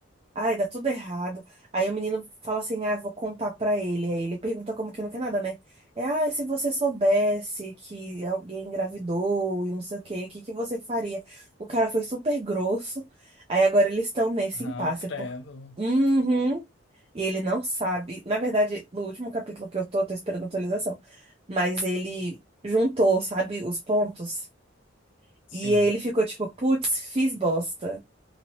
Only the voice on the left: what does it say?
Ai,
credo.
Sim.